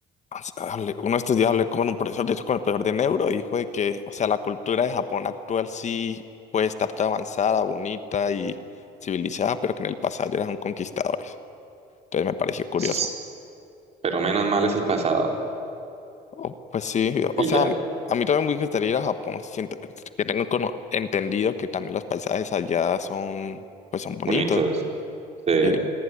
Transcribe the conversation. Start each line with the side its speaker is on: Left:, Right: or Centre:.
Left: O sea, hablé- uno de estos días hablé con un profesor, de hecho con el profesor de neuro, y dijo de que, o sea, la cultura de Japón actual sí puede estar tan avanzada, bonita y civilizada, pero que en el pasado eran conquistadores. Entonces me pareció curioso.
Right: S- Pero menos mal es el pasado.
Left: Oh, pues sí,
Right: Y
Left: o sea,
Right: ya,
Left: a mí también me gustaría ir a Japón. Siento que tengo cono- entendido que también los paisajes allá son, pues son bonitos.
Right: bonitos. Sí.
Left: Y